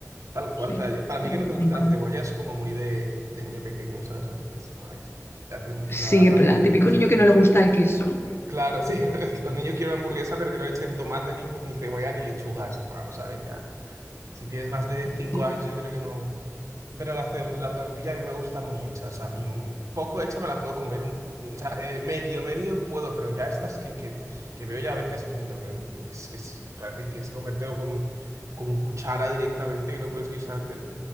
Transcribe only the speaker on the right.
Tal cual.
O sea, yo- para mí que no te guste
la cebolla es como muy de, de niño pequeño, ¿sabes? Es, es como, a ver, ya tenemos
una edad
para
que no
te guste.
Claro, sí. <laughs> El niño quiere una hamburguesa, pero que no le echen tomate, ni, to- ni cebolla, ni lechuga. Es como, vamos a ver, ya. Si tienes más de cinco
años, yo creo que no. Pero la, cebo- la tortilla a mí me gusta muy hecha. O sea, a mí mm, poco hecha me la puedo comer. un- O sea, eh, medio, medio puedo, pero ya estas que, que, que veo ya a veces por internet, que, es- que es- que parece que tienes que comértelo con, con cuchara directamente, que no puedes ni usarte.